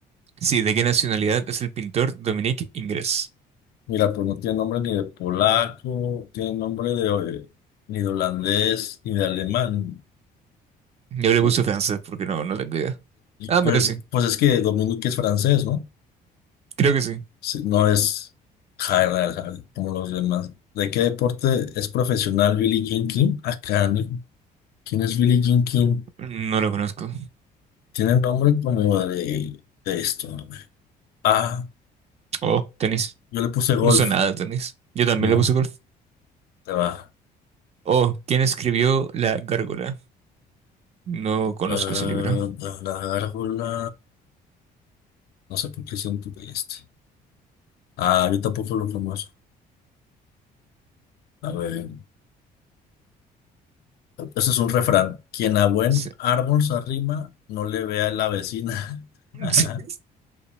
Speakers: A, on the right (about 40°); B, on the left (about 70°).
A: Sí, ¿de qué nacionalidad es el pintor Dominique Ingres?
B: Mira, pues no tiene nombre ni de polaco, tiene nombre de eh, ni de holandés, ni de alemán.
A: Yo le
B: Pues,
A: puse francés porque no, no tengo idea. Ah,
B: pues
A: mira, sí.
B: pues es que Dominique es francés, ¿no?
A: Creo que sí.
B: Sí, No es hard, hard, hard, como los demás. ¿De qué deporte es profesional Billie Jean King? Acá, ¿no? ¿Quién es Billie Jean King?
A: No lo conozco.
B: Tiene nombre como de, de esto. a ver. Ah,
A: Oh, tenis.
B: yo le puse golf.
A: No sé nada de tenis. Yo también
B: No,
A: le puse golf.
B: te va.
A: Oh, ¿quién escribió La Gárgola? No conozco
B: Eh,
A: ese libro.
B: la gárgola. No sé por qué siento que este. Ah, yo tampoco lo conozco. A ver. Ese es un refrán. Quien a buen
A: Sí.
B: árbol se arrima, no le vea la vecina. <laughs>
A: <laughs>